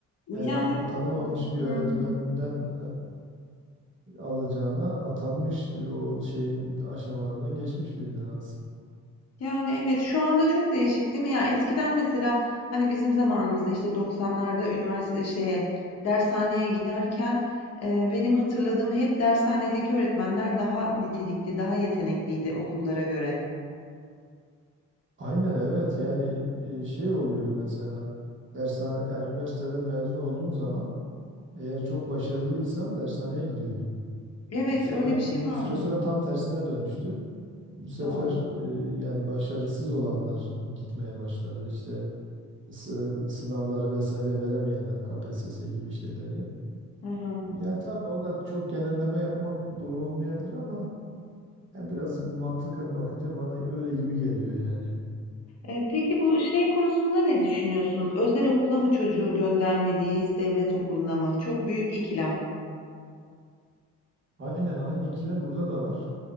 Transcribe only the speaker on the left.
yani
Hı
hı.
Yani, evet, şu anda çok değişik değil mi? Ya, eskiden mesela, hani, bizim zamanımızda, işte, 90'larda üniversite eee, şeye, dershaneye giderken, eee, benim hatırladığım hep dershanedeki öğretmenler daha nitelikli, daha yetenekliydi okullara göre.
Evet,
öyle bir
şey vardı.
Doğru.
Hı hı.
Eee, peki bu şey konusunda ne düşünüyorsun? Özel okula mı çocuğu göndermeliyiz, devlet okuluna mı? Çok büyük ikilem.